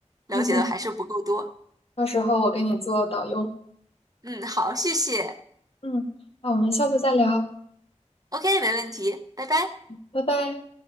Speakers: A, on the right (about 30°); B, on the left (about 50°).
A: 了解的还是不够多。
B: 嗯哼。到时候我给你做导游。
A: 嗯，好，谢谢。
B: 嗯，那我们下次再聊，
A: OK，没问题，拜拜。
B: 拜拜。